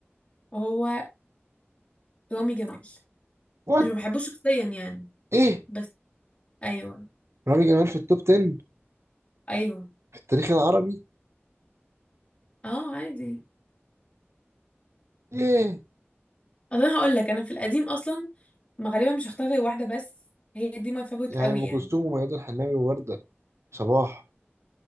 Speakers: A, on the left; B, on the right.
A: وهو رامي جمال
B: وات
A: مش ما بحبوش شخصيا يعني
B: ايه
A: بس ايوه
B: رامي جمال في التوب 10
A: ايوه
B: في التاريخ العربي
A: اه عادي
B: ايه
A: اصل انا هقول لك انا في القديم اصلا ما غالبا مش هختار غير واحده بس هي دي ماي فافورت
B: يعني
A: قوي
B: ام
A: يعني
B: كلثوم وميادة الحناوي ووردة صباح